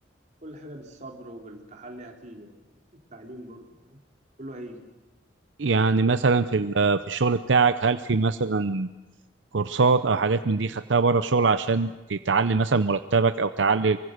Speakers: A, on the right (about 40°); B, on the right (about 75°).
A: كل حاجه بالصبر وبالتحلي هتيجي يعني والتعليم برضه فاهم كله هيجي
B: يعني مثلا
A: فاهم
B: في ال- في الشغل بتاعك هل في مثلا كورسات او حاجات من دي خدتها بره الشغل عشان تعلي مثلا مرتبك او تعلي